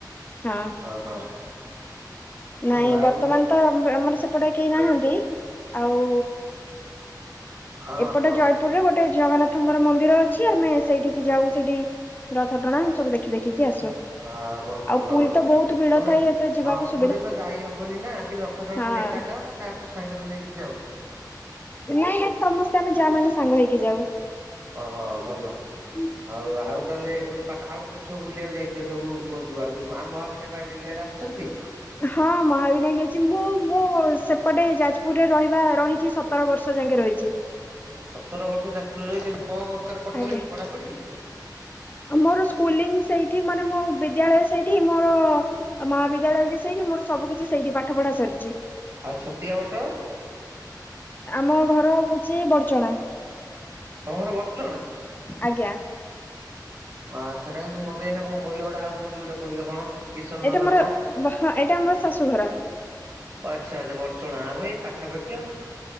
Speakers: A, on the left (about 25°); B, on the right (about 40°).
A: ହଁ।
B: ହଁ।
A: ନାଇଁ
B: ଆଉ
A: ବର୍ତ୍ତମାନ ତ ଆମର ସେପଟେ କେହି ନାହାନ୍ତି। ଆଉ
B: ହଁ
A: ଏପଟେ
B: ହଁ
A: ଜୟପୁରରେ ଗୋଟେ ଜଗନ୍ନା ଥ ଙ୍କର ମନ୍ଦିର ଅଛି ଆମେ ସେଇଠିକି ଯାଉ ସେଇଠି ରଥଟଣା ଏ ସବୁ ଦେଖି ଦେଖିକି ଆସୁ।
B: ହଁ ବହୁତ
A: ଆଉ
B: ଭଲ
A: ପୁରି ତ ବହୁତ ଭିଡ଼
B: ତମେ
A: ଥାଏ ଏତେ ଯିବାକୁ
B: ହଁ
A: ସ
B: ପୁରୀ ତ ଯାଇ ହବନି ନା କିନ୍ତୁ ରଥ ଟଣା
A: ହଁ
B: ତମେ ଏକା ଯାଅ ନା କାହାକୁ ସାଙ୍ଗେରେ ନେଇକି ଯାଉ।
A: ନାଇଁ ନାଇଁ ସମସ୍ତେ ଆମେ ଯା ମାନେ ସାଙ୍ଗ ହେଇକି ଯାଉ।
B: ଆ ହ ଭଲ।
A: ହୁଁ।
B: ଆଉ ଆଉ ତାହେଲେ କୋଉଠି ପାଖ ଆଉ କଉଠି ସବୁ ଵୁଲିବାକୁ ଯାଇଛ ସବୁ କୁହନ୍ତୁ ଆଉ ସବୁ ଆମ ମହାବିନାୟକ ଇଆଡ଼େ ଅସ ଶନ୍ତି
A: ହଁ ମହାବିନା ଜଉଛି ମୁଁ ମୁଁ ସେପଟେ ଯାଜପୁରରେ ରହିବା ରହି ଚି ସତର ବର୍ଷ ଯାଙ୍କେ ରହିଚି।
B: ସତର ବର୍ଷ <unintelligible> କଣ ଏକରେ କରୁଥିଲେ
A: ଆଜ୍ଞା
B: କି ପଢ଼ାପଢ଼ି?
A: ମୋର ସ୍କୁଲିଙ୍ଗ ସେଇଠି ମାନେ ମୋ ବିଦ୍ୟାଳୟ ସେଇଠି ମୋର ମହାବିଦ୍ୟାଳୟ ବି ସେଇଠି ମୋର ସବୁ କିଛି ସେଇଠି ପାଠ ପଢ଼ା ସରିଛି।
B: ଆଉ ଛତିଆ ବଟ
A: ଆମ ଘର ହଉଚି ବଡ଼ଚଣା।
B: ତମର ବଡ଼ଚଣା?
A: ଆଜ୍ଞା।
B: ଆଛା କାହିଁକି ମତେ ଏଇନା କଣ କହିଲ ଗୋଟେ ଆଉ କୋଉଟି ଗୋଟେ କହିଲ କଣ? କିଶନ
A: ଏଇଟା
B: ନଗର
A: ମୋର
B: କଣ?
A: ଏଇଟା ମୋର ଶାଶୁ ଘର।
B: ଆଚ୍ଛା ଆଚ୍ଛା ବଡଚଣଆ ଆମେ ଏଇ ପାଖା ପାାଖି ଆଉ।